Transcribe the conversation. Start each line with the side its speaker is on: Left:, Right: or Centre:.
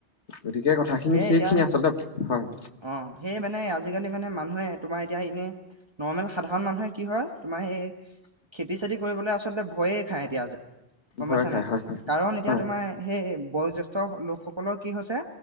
Left: গতিকে কথাখিনি
Right: তাকে
Left: সেইখিনি
Right: এতিয়া
Left: আচলতে হয়
Right: অ সেই মানে আজিকালি মানে মানুহে। তোমাৰ এতিয়া এনে নৰ্মেল সাধাৰণ মানুহে কি হয় তোমাৰ এই খেতি চেতি কৰিবলৈ আ আচলতে ভয়েই খায় এতিয়া যে গম
Left: ভয়
Right: পাইছা
Left: খাই
Right: নাই
Left: হয় হয়
Right: কাৰণ এতিয়া
Left: হয়।
Right: তোমাৰ সেই এই বয়োজ্যেষ্ঠ লোকসকলৰ কি হৈছে